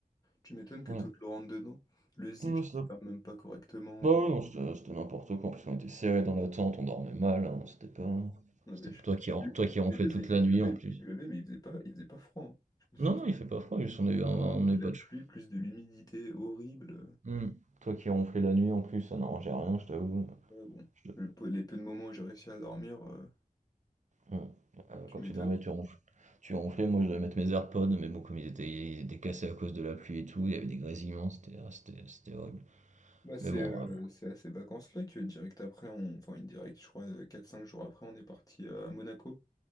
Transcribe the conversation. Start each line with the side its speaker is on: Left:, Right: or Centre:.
Left: Tu m'étonnes que
Right: Ouais.
Left: tout te le rentre dedans. Le zip,
Right: Non,
Left: je
Right: c'est
Left: ne ferme même pas correctement.
Right: Bah oui non, c'était c'était n'importe quoi. En plus, on était serrés dans la tente, on dormait mal. hein, C'était pas.
Left: Non,
Right: C'était
Left: mais je-
Right: toi qui, ron-
Left: Le
Right: toi qui ronflais
Left: le pire,
Right: toute
Left: c'est qu'il
Right: la
Left: pleuvait,
Right: nuit en plus.
Left: il pleuvait, mais il faisait pas, il faisait pas froid. hein. Je me suis
Right: Non,
Left: tout...
Right: non, il fait pas froid, juste on a eu un-
Left: vraiment
Right: on
Left: de
Right: a eu
Left: la
Right: pas
Left: pluie
Right: de chaud.
Left: plus de l'humidité horrible.
Right: Hmm. Toi qui ronflais la nuit en plus, ça n'arrangeait rien, je t'avoue.
Left: Ouais, bon.
Right: Je te-
Left: Le peu- les peu de moments où j'ai réussi à dormir, euh,
Right: Hmm. Euh,
Left: tu
Right: Quand
Left: m'étonnes.
Right: tu dormais, tu ronflais. Tu ronflais, moi je devais mettre mes AirPods, mais bon, comme ils étaient, ils étaient cassés à cause de la pluie et tout, il y avait des grésillements, c'était ah, c'était- c'était horrible.
Left: Bah, c'est
Right: Mais bon,
Left: euh,
Right: ouais, bon.
Left: c'est à ces vacances-là que direct après, on... enfin une directe, je crois, quatre cinq jours après, on est parti à Monaco.